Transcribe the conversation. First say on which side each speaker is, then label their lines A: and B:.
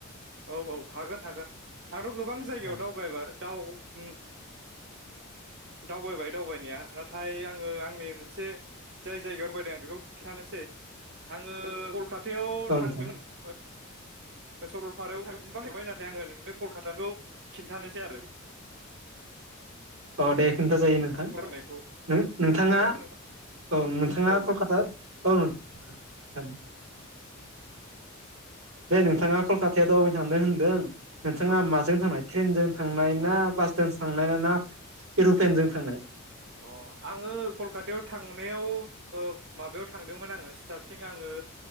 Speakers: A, on the right; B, on the right.
A: औ औ हागोन हागोन आंथ' गोबां
B: नामा
A: जायगायाव दावगायबाय दाउ उम दावबाय दावबायनाया। नाथाय आङो आंनि मोनसे जाय जायगायावनो बायदों आं बेखौ खिन्थानोसै आङो कलकातायाव
B: औ नोंथां
A: थांदों ओ सरलपारायाव <unintelligible> आङो नोंनो कलकाताखौ खिन्थानोसै आरो।
B: औ दे खोन्था जायो नोंथां
A: फरायनायखौ
B: नों नोंथाङा
A: जागोन ना नोंथां
B: औ नोंथाङा
A: औ
B: कलकाता औ <unintelligible> दे नोंथाङा कलकातायाव दावबाय थांदों होनदों। नोंथाङा
A: औ
B: माजों थांनाय ट्रेनजों थांनाय
A: अ
B: ना बास ट्रेइनजों थांनाय ना इर'प्लेनजों थांनाय?
A: अ आङो कलकातायाव थांनायाव ओ माबायाव थांदोंमोन आङो स्टारटिं आङो